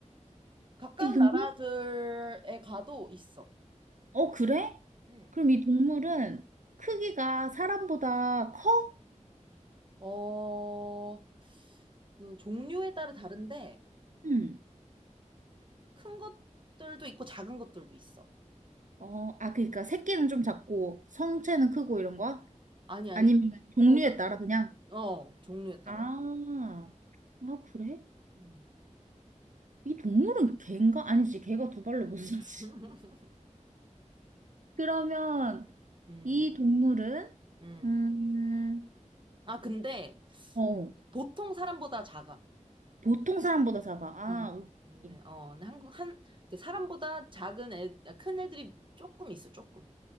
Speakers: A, on the right; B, on the right.
A: 가까운
B: 이 동물,
A: 나라들에 가도 있어.
B: 어, 그래?
A: 응.
B: 그럼 이 동물은 크기가 사람보다 커?
A: 어, 그 종류에 따라 다른데
B: 응.
A: 큰 것들도 있고 작은 것들도 있어.
B: 어, 아, 그러니까 새끼는 좀 작고 성체는 크고 이런 거야?
A: 아니, 아니.
B: 아니면 종류에
A: 또,
B: 따라 그냥?
A: 어, 종류에 따라서.
B: 아, 아, 그래?
A: 음.
B: 이 동물은 개인가? 아니지, 개가 두 발로 못 서지.
A: <laughs>
B: <laughs> 그러면
A: 음,
B: 이 동물은
A: 음.
B: 음,
A: 아, 근데
B: 어,
A: 보통 사람보다 작아.
B: 보통 사람보다 작아. 아,
A: 음, 근데,
B: 오케이.
A: 어, 근데 한국, 한, 그 사람보다 작은 애, 아, 큰 애들이 조금 있어, 조금.